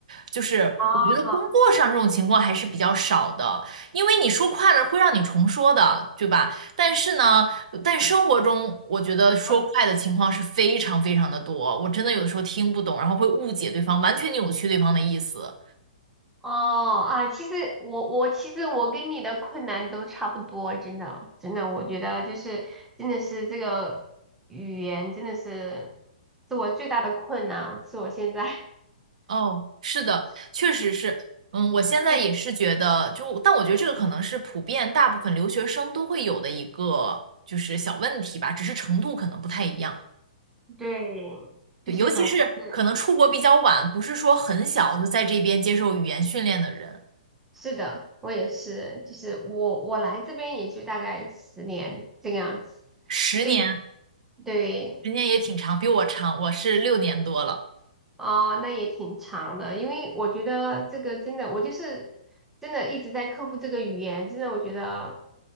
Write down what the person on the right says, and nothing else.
就是我觉得工作上这种情况还是比较少的，
因为你说快了会让你重说的，对吧？但是呢，但生活中我觉得说快的情况是非常非常的多，
我真的有的时候听不懂，然后会误解对方，完全扭曲对方的意思。
哦，是的，确实是，嗯，我现在也是觉得，
就但我觉得这个可能是普遍大部分留学生都会有的一个就是小问题吧，只是程度可能不太一样。
对，
尤其是可能出国比较晚，不是说很小就在这边接受语言训练的人，
十年，
十年也挺长，比我长，我是六年多了。